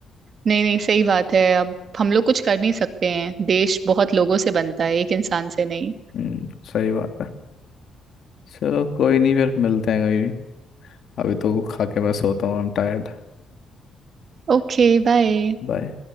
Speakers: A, on the right (about 55°); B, on the left (about 65°).
A: नहीं नहीं सही बात है अब हम लोग कुछ कर नहीं सकते हैं देश बहुत लोगों से बनता है एक इंसान से नहीं
B: हम्म, सही बात है चलो कोई नहीं फिर मिलते हैं कभी अभी तो खा के मैं सोता हूँ आई एम टायर्ड
A: Okay bye
B: बाय